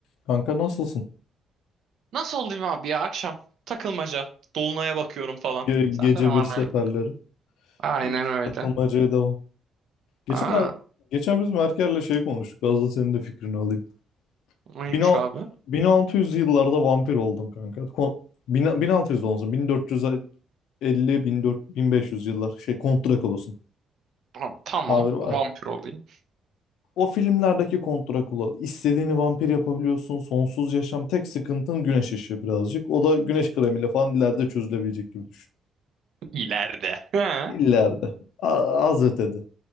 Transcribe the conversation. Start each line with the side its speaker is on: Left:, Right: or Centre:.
Left: Kanka nasılsın?
Right: Nasıl olayım abi ya akşam takılmaca. Dolunay'a bakıyorum falan.
Left: Ge-
Right: Sende
Left: gece
Right: ne var
Left: bir seferleri.
Right: ne? yok? Aynen
Left: Hiç
Right: öyle.
Left: takılmacaya devam. Geçen,
Right: Aa,
Left: er- geçen biz Merker'le şey konuştuk. Az da senin de fikrini alayım.
Right: neymiş
Left: 1000
Right: abi?
Left: 1600 yıllarda vampir oldum kanka. Kon- bin- 1600 olmasın. 1450-1500 yıllar. Şey Kont Drakula'sın.
Right: Ha, Tamam,
Left: Tabir var
Right: vampir
Left: ya.
Right: olayım.
Left: O filmlerdeki Kont Drakula. İstediğini vampir yapabiliyorsun. Sonsuz yaşam. Tek sıkıntın güneş ışığı birazcık. O da güneş kremiyle falan ileride çözülebilecek gibi düşün.
Right: İleride. He,
Left: İleride. A- Az ötede.